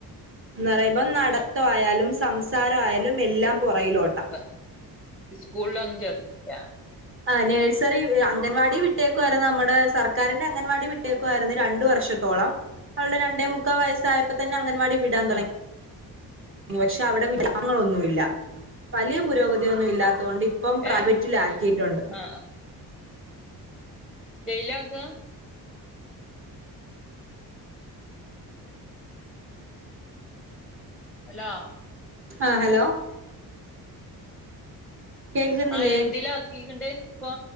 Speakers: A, on the right; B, in the centre.
A: എന്ന് പറയുമ്പോ
B: എന്താ
A: നടത്തയാലും സംസാരയാലും എല്ലാം പുറയിലോട്ട്
B: അപ്പ സ്കൂളിലൊന്നും ചേർത്തിട്ടില്ല.
A: ആഹ് നഴ്സറി അംഗൻവാടി വിട്ടേക്കു ആയിരുന്നു നമ്മ്ടെ സർക്കാരിന്റെ അംഗൻവാടി വിട്ടേക്കു ആരുന്നു രണ്ടു വർഷം ത്തോള അവള്ടെ രണ്ടേ മുക്കാ വയസ്സായപ്പതെന്നെ അംഗൻവാടി വിടാൻ തുട
B: ആ
A: ങ്ങി അവിടെ പക്ഷെ അവിടെ വിടഗങ്ങളൊന്നു ഇല്ല വലിയ പുരോഗതി ഒന്നും ഇല്ലാത്തൊണ്ട് ഇപ്പം പ്രൈവറ്റില്
B: ഏ
A: ആക്കിട്ടുണ്ട്.
B: ആ വെയിലാക്കാ ഹലോ
A: ആഹ് ഹലോ കേൾക്കുന്നില്ലേ
B: ആഹ് എന്തിലാ ആക്കീക്ക്ണ്ട് ഇപ്പൊ